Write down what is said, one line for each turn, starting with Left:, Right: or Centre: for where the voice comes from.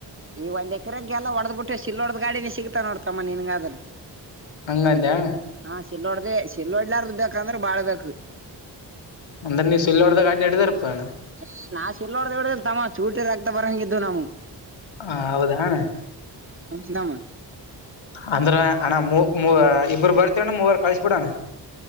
Right: ಈ ಒಂದ್ ಎಕರಗೆ ಎಲ್ಲ ಹೊಡೆದ್ ಬಿಟ್ಟು ಸಿಲ್ಲೋಡ್ದ್ ಗಾಡಿನೆ ಸಿಗ್ತಾವ ನೋಡ್ತಮ್ಮ ನಿನ್ಗಾದ್ರ.
Left: ಹಂಗದ್ಯಾ
Right: ಹಾ, ಶಿಲೊಡ್ದ, ಶಿಲೊಡ್ಲಾರ್ದ ಬೇಕಂದ್ರೆ ಬಾಳ್ ಬೇಕು.
Left: ಅಂದ್ರ ನೀ ಸುಳ್ಳೋಡ್ದಾಗಾಗಿ ನಡದಿರ್ಪ್ಪಣ <unintelligible>
Right: ಏ ನಾ ಶಿಲ್ಲೊಡ್ದ ವ ಇಡ್ದಿಲ್ ತಮ್ಮ ಚೂಟಿದರ ರಕ್ತ ಬರಂಗಿದ್ದು ನಮ್
Left: ಹಾ, ಹೌದಣ-
Right: ಹ ತಾಮನ್ <inaudible>
Left: ಅಂದ್ರ ಅಣ್ಣ ಮೂವ ಇಬ್ಬರು ಬರ್ತೇವಣ್ಣ ಮೂವರು ಕಳಸಿ ಬಿಡಣ್ಣ.